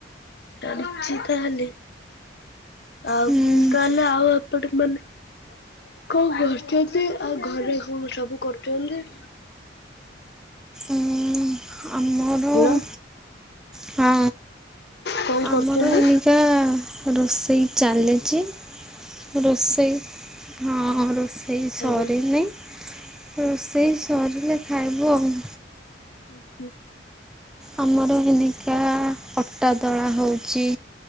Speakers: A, on the left; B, in the centre.
A: ଛାଣିଛି ତାହେଲେ ଆଉ
B: ହୁଁ
A: ମୁ ତାହେଲେ ଆଉ ପଟ ମାନେ କଣ କରୁଛନ୍ତି ଆଉ ଘରେ କଣ ସବୁ କରୁଛନ୍ତି।
B: ଉଁ ଆମ ଆଉ
A: ହ୍ୟାଲୋ
B: ହଁ
A: କଣ କରୁଛନ୍ତି?
B: ଆମର ଏମିତି ରୋଷେଇ ଚାଲିଛି ରୋଷେଇ ହଁ ରୋଷେଇ ସରିନି
A: ଆଜ୍ଞା
B: ରୋଷେଇ ସରିଲେ ଖାଇବୁ ଆଉ
A: ଉଁ ହୁଁ।
B: ଆମର ହେନିକା ଅଟା ଦଳା ହଉଛି।